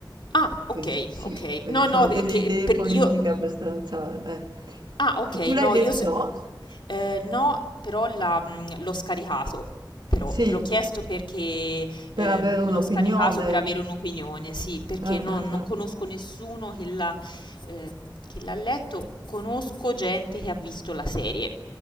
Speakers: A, on the left; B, on the right.
A: Ah,
B: che
A: okay,
B: sì,
A: okay.
B: eh,
A: No,
B: sono
A: no,
B: delle
A: perché
B: idee
A: per
B: politiche
A: io
B: abbastanza... eh.
A: Ah, okay,
B: E tu l'hai
A: no,
B: letto?
A: io se ehm, no, però la mhmm, l'ho scaricato, però.
B: Sì,
A: Te l'ho chiesto perché,
B: per
A: ehm,
B: avere un'opinione.
A: l'ho scaricato per avere un'opinione, sì, perché
B: Ah,
A: non
B: ah,
A: non
B: ah.
A: conosco nessuno che l'ha ehm, che l'ha letto, conosco gente che ha visto la serie,